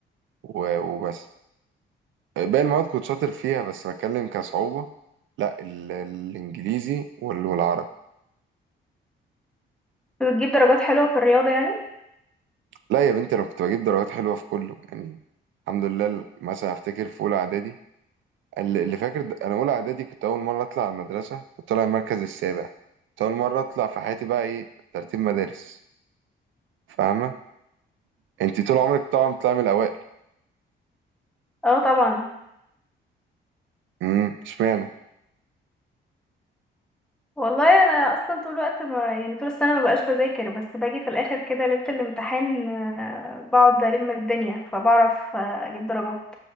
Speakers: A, on the right (about 75°); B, in the centre.
A: و... وبس باقي المواد كنت شاطر فيها بس بتكلم كصعوبة لا ال... الانجليزي وال... والعربي
B: كنت بتجيب درجات حلوه في الرياضه يعني
A: لا يا بنتي انا كنت بجيب درجات حلوه في كله يعني الحمد لله مثلا افتكر في اولى اعدادي اللي اللي فاكر د- انا اولى اعدادي كنت اول مره اطلع على المدرسه كنت طالع المركز السابع كنت اول مره اطلع في حياتي بقى ايه ترتيب مدارس فاهمه انت طول عمرك طبعا بتطلعي من الاوائل
B: اه طبعا
A: امم اشمعنى
B: والله انا اصلا طول الوقت ما يعني طول السنه ما بقاش بذاكر بس باجي في الاخر كده ليله الامتحان آه، بقعد الم الدنيا فبعرف آه، اجيب درجات